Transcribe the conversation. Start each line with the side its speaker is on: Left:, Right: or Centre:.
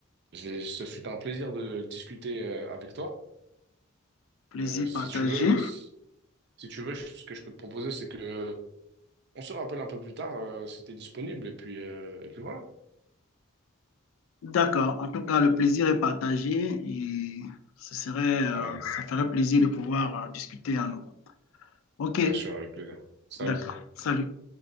Right: j'ai- ce fut un plaisir de discuter euh, avec toi.
Left: plaisir
Right: Euh, si
Left: partagé.
Right: tu veux, si, si tu veux, ce que je peux te proposer, c'est que on se rappelle un peu plus tard euh, si t'es disponible. Et puis, euh, et puis voilà.
Left: D'accord. En tout cas, le plaisir est partagé et ce serait, euh,
Right: Carrément.
Left: ça ferait plaisir de pouvoir euh, discuter à nouveau. Ok,
Right: Bien sûr, avec plaisir. Salut.
Left: d'accord. Salut.